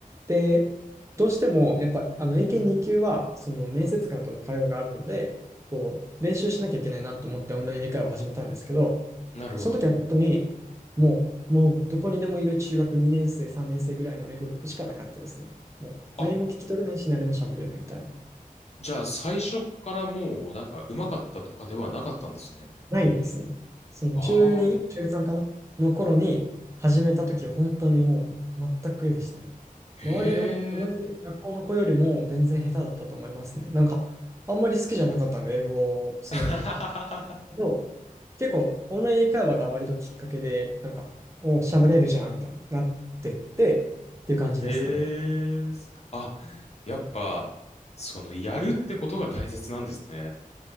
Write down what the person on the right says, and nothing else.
で、どうしても、やっぱ、あの、英検2級は、その、面接官との会話があるので、こう、練習しなきゃいけないなと思ってオンライン英会話を始めたんですけど、
その時は本当に、もう、もう、どこにでもいる中学2年生、3年生ぐらいの英語力しかなかったですね。もう、何も聞き取れないし、
何も喋れないみたいな。
ないですね。その中2、
中3かなの頃に始めた時は本当にもう全くでしたね。
周りの同じ学校の子よりも全然下手だったと思いますね。なんかあんまり好きじゃなかったんで、英語そのものが。
けど、結構オンライン英会話が割ときっかけで、なんか、お喋れるじゃんみたいになってってっていう感じですかね。